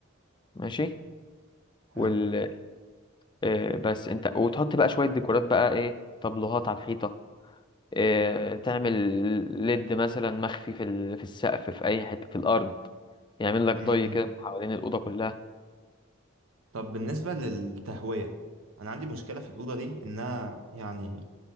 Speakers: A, on the left; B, on the right.
A: ماشي
B: حلو
A: وال آه، بس انت وتحط بقى شويه ديكورات بقى ايه طبلوهات على الحيطه آه، تعمل ليد مثلا مخفي في ال... في السقف في اي حته في الارض يعمل لك
B: م-
A: ضي
B: م.
A: كده حوالين الاوضه كلها
B: طب بالنسبه للتهويه انا عندي مشكله في الاوضه دي انها يعني